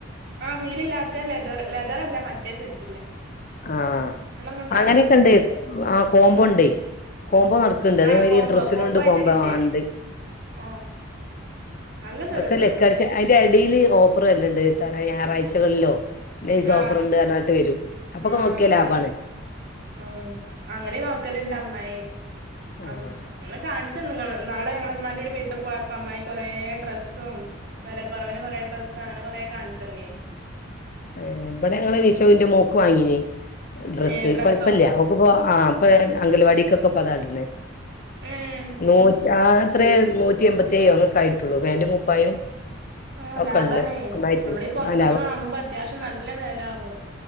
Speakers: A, on the right; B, on the left.
A: ആ ഹീലില്ലാത്ത ലെതറ് ലെതറ അല്ല മറ്റേ ചെര്പ്-
B: ആ
A: കൊണ്ടാലൊന്നും
B: അങ്ങനെയൊക്കെ ഇണ്ട് ആ കോമ്പോ
A: ഉം
B: ഇണ്ടേ. കോംബോ നടക്ക്ണ്ട് അതേമാതിരി
A: ആ കോംബോ
B: ഡ്രസ്സിലും
A: കോംബോ
B: ഇണ്ട്
A: ആയിട്ട്
B: കോംമ്പോ
A: കിട്ടിയേ
B: ആ ണ്ട്
A: ആ നല്ല ചെരുപ്പ്
B: ഒക്കെ ലക്കട്ച്ചല് അതിന്റെ എടീല് ഓഫറ് വരല്ണ്ട് എത്ത ഞായറാഴ്ചകളിലോ നൈസ്
A: ആ
B: ഓഫറ്ണ്ട് ന്ന് പറഞ്ഞ്കാണ്ട് വരും അപ്പൊക്ക
A: ആ
B: നോക്കിയാ ലാഭം
A: അങ്ങനെ
B: ആണ്.
A: ആ അങ്ങനെ നോക്കലുണ്ട് അമ്മായി
B: ആഹ്
A: ഉം എന്നെ കാണിച്ച് ങ്ങള് ന്നാള് ഞങ്ങള് മ്മാന്റെ കൂടെ വീട്ടി പോയപ്പോ അമ്മായി കുറേ ഡ്രസ്സും. വെല കുറവിന് കുറെ ഡ്രസ്സ് അങ്ങനെ കൊറേ കാണിച്ചു തന്നീനി.
B: ഏ ഇവിടെ ഞങ്ങള് വിഷൂന് ന്റെ മോക്ക് വാങ്ങീനി. ഡ്രസ്സ്
A: ഏ ഡ്രസ്സോ
B: കൊഴപ്പില്ല അവക്ക് പോ ആ പ്പോ അംഗനവാടിയില്ക്കൊക്കെ അതാ ട്ന്നെ.
A: ഉം
B: <unintelligible> ആത്രേ നൂറ്റി എമ്പത്തിയ്യോ അങ്ങെത്രേ ആയിട്ടുള്ളൂ ഫേന്റും കുപ്പായും.
A: ആ
B: ഒക്കെള്ളെ
A: ലാഭാണ്.
B: ഒന്നായിട്ട്
A: നമ്മളീ പുറത്തൊന്ന്
B: ആഹ്
A: വാങ്ങുമ്പോ അത്യാവശ്യം നല്ല വെല ആകും.